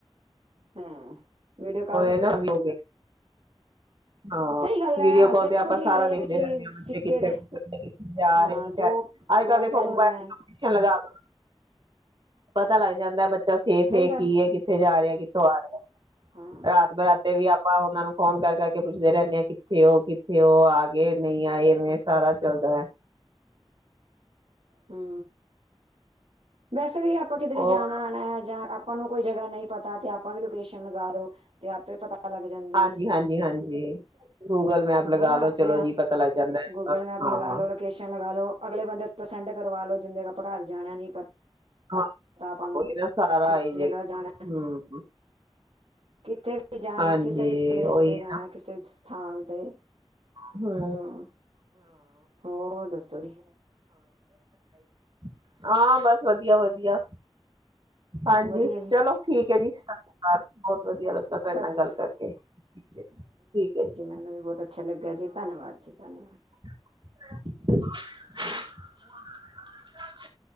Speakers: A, on the right; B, on the right.
A: ਹੂੰ, ਵੀਡੀਓ ਕਾੱਲ ਤੇ,
B: <unintelligible> ਹਾਂ,
A: ਸਹੀ ਗੱਲ ਹੈ
B: ਵੀਡੀਓ ਕਾਲ
A: ਦੇਖੋ
B: ਤੇ ਆਪਾਂ
A: ਜੀ
B: ਸਾਰਾ
A: ਹਰੇਕ
B: ਦੇਖਦੇ
A: ਚੀਜ਼
B: ਰਹਿੰਨੇ ਆ
A: ਸਿੱਕੇ
B: ਬੱਚੇ ਕਿਥੇ
A: ਦੇ
B: ਜਾ
A: ਹਾਂ
B: ਰੇ ਅੱਜ-ਕੱਲ
A: ਦੋ ਦੋ
B: ਦੇਖੋ
A: ਪਹਿਲੂ
B: ਮੋਬਾਈਲ
A: ਹੈ
B: <unintelligible> ਲਗਾ ਪਤਾ ਲੱਗ ਜਾਂਦਾ ਬੱਚਾ ਸੇਫ
A: ਸਹੀ
B: ਏ
A: ਗੱਲ
B: ਕੀ ਏ ਕਿੱਥੇ ਜਾ ਰਿਆ ਕਿੱਥੋਂ ਆ ਰਿਆ।
A: ਹਾਂ
B: ਰਾਤ-ਬਰਾਤੇ ਵੀ ਆਪ ਆਪਾਂ ਉਹਨਾਂ ਨੂੰ ਫੋਨ ਕਰ ਕਰਕੇ ਪੁੱਛਦੇ ਰਹਿੰਦੇ ਆ, ਕਿੱਥੇ ਹੋ ਕਿੱਥੇ ਹੋ ਆ ਗਏ ਨਈ ਆਏ ਐਵੇਂ ਸਾਰਾ ਚੱਲਦਾ ਹੈ।
A: ਹੂੰ ਵੈਸੇ ਵੀ ਆਪਾਂ ਕਿਧਰੇ
B: ਹੋਰ
A: ਜਾਣਾ-ਆਣਾ ਜਾਂ ਆ ਆਪਾਂ ਨੂੰ ਕੋਈ ਜਗ੍ਹਾ ਨਈ ਪਤਾ ਤੇ ਆਪਾਂ ਵੀ ਲੋਕੇਸ਼ਨ ਲਗਾ ਦੋ ਤੇ ਆਪੇ ਪਤਾ ਲੱਗ ਜਾਂਦੀ
B: ਹਾਂਜੀ-ਹਾਂਜੀ-ਹਾਂਜੀ।
A: ਹੈ
B: ਗੂਗਲ ਮੈਪ ਲਗਾ
A: ਹਨਾ
B: ਲੋ
A: ਆਪਣੇ
B: ਚਲੋ ਜੀ ਪਤਾ ਲੱਗ ਜਾਂਦਾ,
A: ਗੂਗਲ ਮੈਪ
B: ਹਾਂ-ਹਾਂ।
A: ਲਗਾ ਲੋ, ਲੋਕੇਸ਼ਨ ਲਗਾ ਲੋ ਅਗਲੇ ਬੰਦੇ ਸੈਂਡ ਕਰਵਾ ਲੋ ਜਿੰਦੇ ਆਪਾਂ ਘਰ ਜਾਣਾ ਨੀ ਪਤਾ
B: ਹਾਂ,
A: ਆਪਾਂ ਨੂੰ
B: ਓਹਦੇ ਨਾਲ ਸਾਰਾ
A: ਕਿਸੇ
B: ਆਈ
A: ਜਗ੍ਹਾ
B: ਜਾਏ,
A: ਜਾਣਾ
B: ਹੂੰ
A: ਕਿੱਥੇ ਵੀ ਜਾਣਾ,
B: ਹਾਂਜੀ
A: ਕਿਸੇ ਵੀ ਪਲੇਸ
B: ਉਹੀ
A: ਤੇ
B: ਹੈ
A: ਜਾਣਾ,
B: ਨਾ
A: ਕਿਸੇ ਸਥਾਨ ਤੇ।
B: ਹਮ
A: ਹਾ, ਹੋਰ ਦੱਸੋ ਜੀ।
B: ਹਾਂ-ਹਾਂ, ਬਸ ਵਧੀਆ- ਵਧੀਆ। ਹਾਂਜੀ,
A: ਵਧੀਆ ਜੀ
B: ਚਲੋ ਠੀਕ ਹੈ ਜੀ ਸਤਿ ਸ੍ਰੀ ਅਕਾਲ ਬੋਹਤ ਵਧੀਆ ਲੱਗ ਤੁਹਾਡੇ
A: ਸਸ
B: ਨਾਲ ਗੱਲ ਕਰਕੇ ਠੀਕ ਏ ਜੀ।
A: ਮੈਨੂ ਵੀ ਬੋਹਤ ਅੱਛਾ ਲੱਗਿਆ ਜੀ, ਧੰਨਵਾਦ ਜੀ ਧੰਨਵਾਦ।
B: <unintelligible>